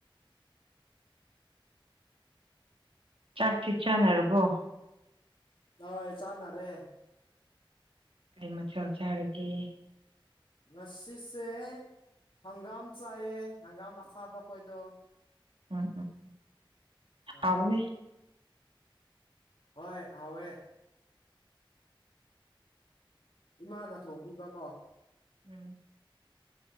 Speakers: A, on the right (about 85°); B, on the left (about 70°).
A: ꯆꯥꯛꯇꯤ ꯆꯥꯅꯔꯕꯣ
B: ꯑꯣꯢ <unintelligible> ꯆꯥꯟꯅꯔꯦ
A: ꯀꯩ ꯃꯊꯦꯜ ꯆꯥꯔꯒꯦ
B: ꯉꯁꯤꯁꯦ ꯍꯪꯒꯥꯝ ꯆꯥꯏꯌꯦ ꯍꯪꯒꯥꯝ ꯑꯈꯥꯕ ꯈꯣꯏꯗꯣ
A: ꯎꯝ ꯎꯝ
B: ꯑꯥ
A: ꯍꯥꯎꯕꯅꯦ
B: ꯍꯣꯏ ꯍꯥꯋꯦ ꯏꯃꯥꯅ ꯊꯣꯡꯕꯤꯕꯀꯣ
A: ꯎꯝ